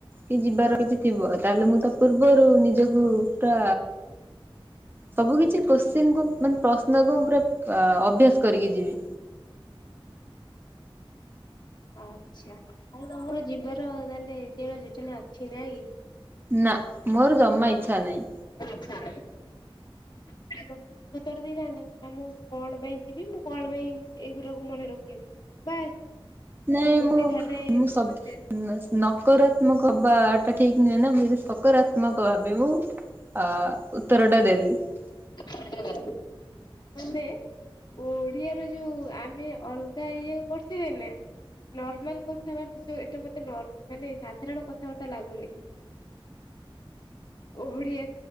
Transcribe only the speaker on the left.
ଆଚ୍ଛା। ତାହାଲେ ତମର ଯିବାର ତାହେଲେ ସେଇଭଳିଆ ଯୋଜନା ଅଛି ନାଇଁ କି?
ଚ୍ଛା ନାହିଁ <unintelligible> ଉତ୍ତର ଦେଇଥାନ୍ତ। ନା ମୁଁ କଣ ପାଇଁ ଯିବି ମୁଁ କଣ ପାଇଁ ଏଇଗୁଡାକୁ ମନେ ରଖିବି ବାସ୍।
ଗୋଟେ
ଧାଡରେ
ତୋର ଶେଷ
<unintelligible> ଆମେ ଓଡିଆର ଯଉ ଆମେ ଅଲଗା ଇଏ କରଥିବେ ନା, ନର୍ମାଲ କଥାବାର୍ତ୍ତା ଯଉ ଏଟା ମତେ ମାନେ ସାଧାରଣ କଥାବାର୍ତ୍ତା ଲାଗୁନି। ଓଡିଆ